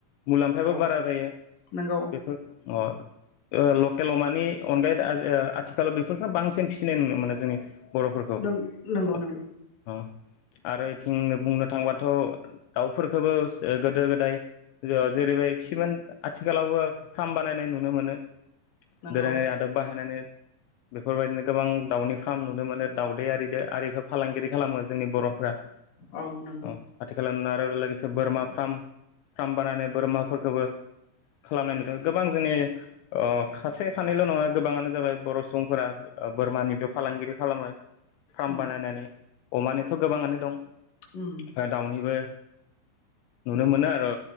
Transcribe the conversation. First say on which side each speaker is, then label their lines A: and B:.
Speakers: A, on the left; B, on the left.
A: मुलाम्फायाबो
B: औ
A: बारा जायो
B: नंगौ
A: बेफोर अ लकेलाव मानि अनगायै आथिखालाव बेफोरखौ बांसिन फिसिनाय नुनो मोनो जोंनि बर'फोरखौ
B: नों नंगौ-नंगौ
A: अ
B: <inaudible>
A: अ आरोइथिं बुंनो थांबाथ' दाउफोरखौबो गोदो गोदाय जेरैबाय फियोमोन आथिखालावबो फार्म बानायनाय नुनो मोनो
B: नंगौ
A: दोरोङारि आदब बाहायनानै बेफोरबायदिनो गोबां दाउनि फार्म नुनो मोनो दाउदैआरिदो आरोइखो फालांगिरि खालामो जोंनि बर' ओम
B: औ नंगौ
A: आथिखाल आरो लोगोसे बोरमा फार्म फार्म बानायनानै बोरमाफोरखौबो खालामनाय नुदों गोबां जोंनि अ खासे खानैल' नङा गोबाङानो जाबाय बर' सुबुंफोरा बोरमानिबो फालांगिरि खालामो फार्म
B: उम
A: बानायनानै अमानिथ गोबांङानो दं ओफ्राय
B: उम
A: दावनिबो नुनो
B: नंगौ
A: मोनो आरो